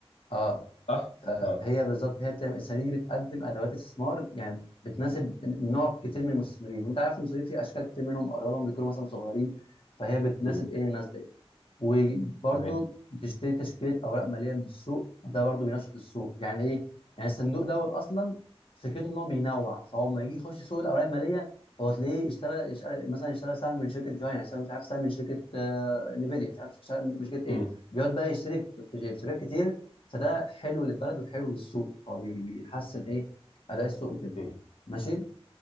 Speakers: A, on the left (about 60°); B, on the left (about 90°).
A: اه
B: صح؟
A: فهي
B: اه
A: بالظبط هي بتعمل الصناديق دي بتقدم ادوات استثمار يعني بتناسب نوع كتير من المستثمرين انت عارف المستثمرين في اشكال كتير منهم اغلبهم بيكونوا مثلا صغيرين فهي بتناسب
B: مم.
A: ايه الناس دي وبرضه
B: تمام
A: بتشتري تشكيله اوراق ماليه من السوق وده برضه بينشط السوق يعني ايه يعني الصندوق دوت اصلا فكرته ان هو بينوع فهو لما يجي يخش سوق الاوراق الماليه هو تلاقيه اشترى اشترى- مثلا اشترى سهم من شركه جهينه اشترى مش عارف سهم من شركه آه، نفيديا مش عارف سهم من شركه ايه
B: مم.
A: بيقعد بقى يشتري في في شركات كتير فده حلو للبلد وحلو للسوق هو بي- بيحسن ايه اداء السوق وكده
B: مم.
A: ماشي